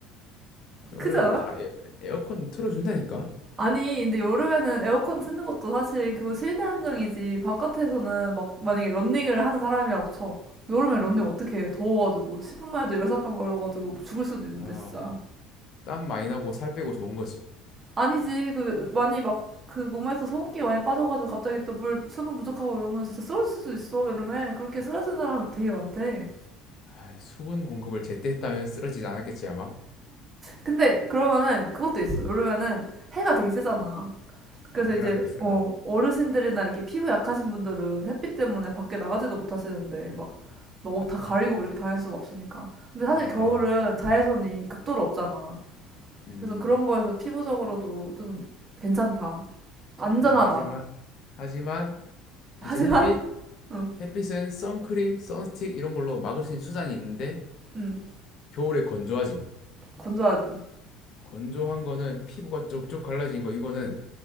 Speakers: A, on the left (about 45°); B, on the right (about 30°).
A: 여름에는
B: <laughs> 크지 않아?
A: 다 에, 에어컨 틀어준다니까?
B: 아니, 근데 여름에는 에어컨 트는 것도 사실 그거 실내 한정이지. 바깥에서는 막 만약에 런닝을 하는 사람이라고 쳐. 여름에 런닝
A: 음.
B: 어떻게 해? 더워가지고. 10분만 해도 열사병 걸려가지고 죽을 수도 있는데,
A: 아,
B: 진짜.
A: 땀 많이 나고 살 빼고 좋은 거지.
B: 아니지. 그, 많이 막, 그 몸에서 소금기 많이 빠져가지고 갑자기 또 물, 수분 부족하고 이러면 진짜 쓰러질 수도 있어, 여름에. 그렇게 쓰러진 사람 되게 많대.
A: 아, 수분 공급을 제때 했다면 쓰러지지 않았겠지 아마.
B: 근데 그러면은 그것도 있어. 여름에는 해가 되게 세잖아. 그래서
A: 아, 해가
B: 이제
A: 되게 세다.
B: 어 어르신들이나 이렇게 피부 약하신 분들은 햇빛 때문에 밖에 나가지도 못하시는데 막 막 옷 다 가리고 뭐 이렇게 다닐 수가 없으니까. 근데 사실
A: 아,
B: 겨울은 자외선이 극도로 없잖아.
A: 음.
B: 그래서 그런 거에서 피부적으로도 좀 괜찮다. 안전하다.
A: 근데 하지만 하지만
B: <laughs>
A: 이제
B: 하지만
A: 햇빛
B: 응,
A: 햇빛은 선크림, 선스틱 이런 걸로 막을 수 있는 수단이 있는데
B: 응,
A: 겨울에 건조하지.
B: 건조하지.
A: 건조한 거는 피부가 쪽쪽 갈라진 거 이거는